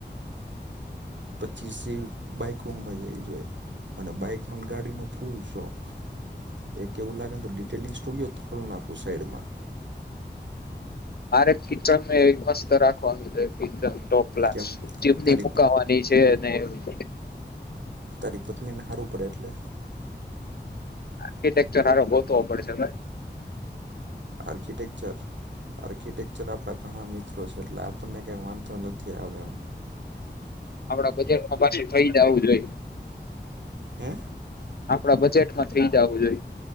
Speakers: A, on the right; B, on the left.
A: પચીસ જેવી બાઈકો હમાઈ જાવી જોઈ. મને બાઈક નું ને ગાડી નું ફૂલ શોખ. એક કેવલા કેુ ડિટેલિંગ સ્ટુડિયો ખોલ નાખો. સઈડમાં
B: મારે કિચને એક મસ્ત રાખવાનું છે, કિચન ટોપ ક્લાસ
A: કેમ
B: જીમની
A: તારી
B: મુકાવાની છે. ન એવું
A: તારી પત્ની ને હારું પડે એટલે
B: આર્કિટેક્ચર હારો ગોતવો પડશે હો ભાઈ
A: આર્કિટેકચર આર્કિટેકચર આપડા ઘણા મિત્રો છે એટલે આપણને કઈ વાંધો આવે એમ નથી.
B: આપડા બજેટમાં પાછી થઈ જાવું જોઈ.
A: હે
B: આપડા બજેટ માં થઈ જાવું જોઈ.